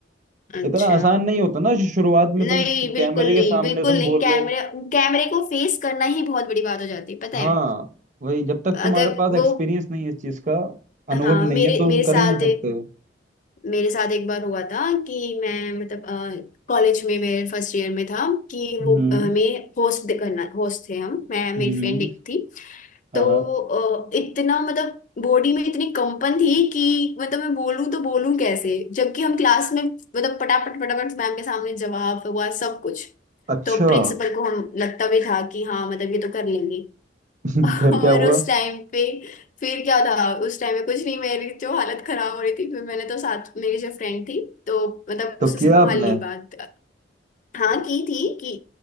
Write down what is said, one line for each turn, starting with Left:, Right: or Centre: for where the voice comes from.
Left: अच्छा
Right: इतना आसान नहीं होता ना शुरुआत
Left: नहीं
Right: में तुम
Left: बिल्कुल
Right: कैमरे
Left: नहीं
Right: के सामने
Left: बिल्कुल
Right: तुम
Left: नहीं
Right: बोल
Left: कैमरे
Right: लो
Left: कैमरे को फेस करना ही बहुत बड़ी बात हो जाती है पता
Right: हाँ
Left: है
Right: वही जब तक तुम्हारे
Left: अगर
Right: पास
Left: वो
Right: एक्सपीरियंस नहीं है इस चीज का अनुभव
Left: हाँ
Right: नहीं
Left: मेरे
Right: है तो हम
Left: मेरे
Right: कर
Left: साथ
Right: ही नहीं सकते हो।
Left: मेरे साथ एक बार हुआ था कि मैं मतलब कॉलेज में मेरे फर्स्ट ईयर में था कि
Right: हम्म
Left: वो अ, हमें होस्ट करना होस्ट थे हम मैं मेरी
Right: हम्म
Left: फ्रेंड एक थी
Right: हाँ
Left: तो
Right: हाँ।
Left: अ, इतना मतलब बॉडी में इतनी कंपन थी कि मतलब मैं बोलूं तो बोलूं कैसे जबकि हम क्लास में मतलब पटापट पटापट मैम के सामने जवाब हुआ सब कुछ
Right: अच्छा
Left: तो प्रिंसिपल को हम लगता भी था कि हाँ मतलब ये तो कर लेंगी
Right: <laughs>
Left: <laughs>
Right: फिर
Left: और
Right: क्या हुआ
Left: उस टाइम पे फिर क्या था उस टाइम में कुछ नहीं मेरी जो हालत खराब हो रही थी फिर मैंने तो साथ मेरी जो फ्रेंड थी तो मतलब
Right: तो
Left: उससे
Right: किया
Left: संभाल
Right: आपने
Left: ली बात हाँ की थी कि